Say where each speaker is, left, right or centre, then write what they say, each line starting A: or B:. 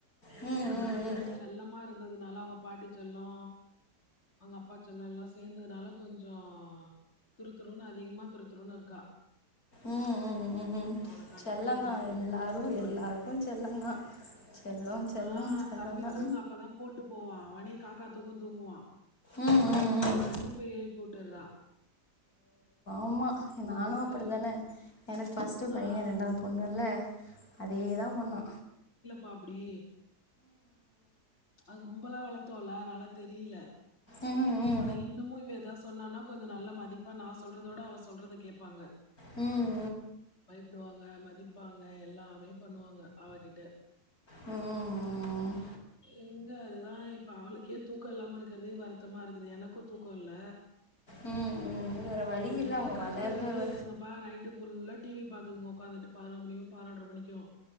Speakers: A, on the left; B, on the left.
A: ம் ம் ம் ம்
B: அனால கொஞ்சோ செல்லமா இருந்ததுனால அவுங்க பாட்டி செல்லோ அங்க அப்பா செல்லாோ எல்லா சேந்ததுனால கொஞ்சோ துருதுருன்னு அதிகமா துருதுருன்னு இருக்கா
A: ம் ம் ம் ம்
B: அவள கண்ட்ரோல்
A: செல்லம்
B: பண்ணது
A: தான்
B: ரொம்ப
A: எல்லாரும்
B: கஷ்டமா
A: எல்லாருக்கும்
B: இருக்கு
A: செல்லம் தான் செல்லம் செல்லம்
B: ஆ
A: செல்லம்
B: தம்பி
A: தான்
B: தூங்க அப்பதா போட்டு போவா அவனே காக்கா தூக்கம் தூங்குவா
A: ம் ம் ம்
B: உடனே போய் ஏழுப்பிவுட்டுறா
A: சும்மா
B: வீடு
A: நானு அப்படிதான எனக்கு ஃபர்ஸ்ட் பைய
B: ஆ
A: ரெண்டாவது பொண்ணு இல்ல அதேதா பண்ணா
B: பாப்டி அத கும்பலா வளத்தோல அத நால தெரியல
A: ம் ம்
B: ஆனா இன்னமு இவ எதாவது சொன்னா கொஞ்சோ நல்லா மதிப்பா நா சொல்றதோட அவ சொல்றத கேப்பாங்க
A: ம்
B: பயபடுவாங்க மதிப்பாங்க எல்லாமே பண்ணுவாங்க அவகிட்ட
A: ம்
B: எங்க ஆ இப்ப அவளுக்கே தூக்கம் இல்லாம இருக்கிறதே வருத்தமா இருக்குது எனக்கு தூக்கம் இல்ல
A: ம் ம் வேற வழி
B: ஒரே
A: இல்ல அவங்க
B: கத்து
A: வளர்ற
B: கத்திக்கிட்டே
A: வ
B: இருக்குக பா நைட்டு புல்லா டிவி பாக்குதுங்கோ உக்காந்துட்டு பதினோர் மணிக்கோ பதினொன்ர மணிக்கோ